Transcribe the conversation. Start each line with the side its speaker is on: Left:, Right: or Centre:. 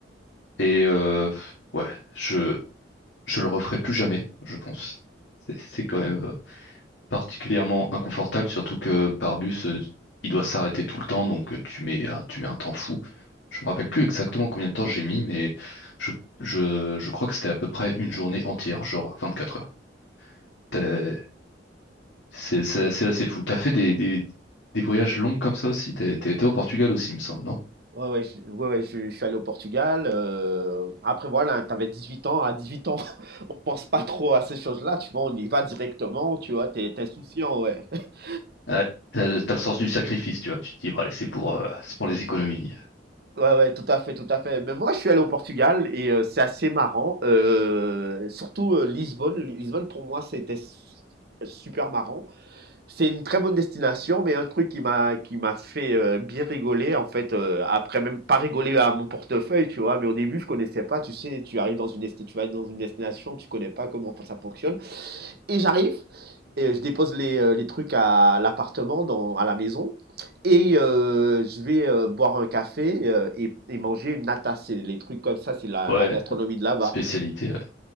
Left: Et euh, ouais, je, je le referai plus jamais, je pense. C'est c'est quand même euh, particulièrement inconfortable, surtout que par bus, euh, il doit s'arrêter tout le temps, donc euh, tu mets, un- tu mets un temps fou. Je me rappelle plus exactement combien de temps j'ai mis, mais je, je, je crois que c'était à peu près une journée entière, genre 24 heures. T'as- C'est c'est assez, assez fou. T'as fait des, des, des voyages longs comme ça aussi? T'as t'as été au Portugal aussi, il me semble, non?
Right: Ouais, ouais, je, ouais, ouais, je, je suis allé au Portugal. euh, après, voilà, t'avais 18 ans. À 18 ans, <laughs> on pense pas trop à ces choses-là. Tu vois, on y va directement. Tu vois, t'es, t'es insouciant, ouais. <laughs>
Left: Ouais, t'as, le t'as le sens du sacrifice, tu vois. Tu te dis, bon, allez, c'est pour, euh, c'est pour les économies.
Right: Ouais, ouais, tout à fait, tout à fait. Mais moi, je suis allé au Portugal et euh, c'est assez marrant. euh, surtout euh, Lisbonne. Li- Lisbonne, pour moi, c'était su- super marrant. C'est une très bonne destination, mais un truc qui m'a qui m'a fait euh, bien rigoler, en fait, euh, après même pas rigoler à mon portefeuille, tu vois, mais au début je connaissais pas, tu sais, tu arrives dans une esti- tu vas dans une destination, tu connais pas comment ça fonctionne, et j'arrive et euh, je dépose les, euh, les trucs à l'appartement, dans à la maison, et euh, je vais euh, boire un café euh, et, et manger une nata, c'est les trucs comme ça, c'est la,
Left: Ouais,
Right: la gastronomie de là-bas.
Left: spécialité. ouais.